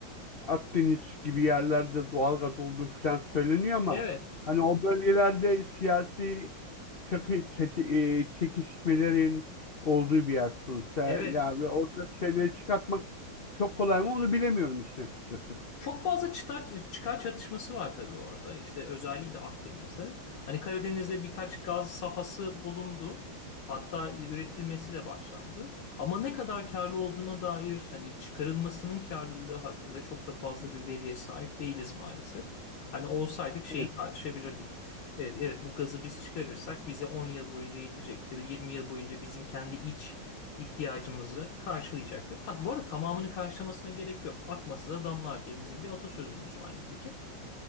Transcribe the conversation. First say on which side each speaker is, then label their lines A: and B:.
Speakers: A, on the left (about 60°); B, on the left (about 85°).
A: Akdeniz gibi yerlerde doğalgaz olduğu falan söyleniyor ama
B: Evet,
A: hani o bölgelerde siyasi çakı, çeti- e, çekişmelerin olduğu bir yer sonuçta.
B: evet.
A: Ya ve orada şeyleri çıkartmak çok kolay mı onu bilemiyorum işin açıkçası.
B: Çok fazla çıkar, çıkar çatışması var tabii orada. İşte özellikle Akdeniz'de. Hani Karadeniz'de birkaç gaz sahası bulundu. Hatta üretilmesi de başlandı. Ama ne kadar karlı olduğuna dair hani çıkarılmasının karlılığı hakkında çok da fazla bir veriye sahip değiliz maalesef. Hani olsaydık şeyi
A: Evet.
B: tartışabilirdik. Evet, evet bu gazı biz çıkarırsak bize 10 yıl boyunca yetecektir ya da 20 yıl boyunca bizim kendi iç ihtiyacımızı karşılayacaktır. Tat, bu arada tamamını karşılamasına gerek yok. Akmasa da damlar diye bizim bir atasözümüz var nitekim.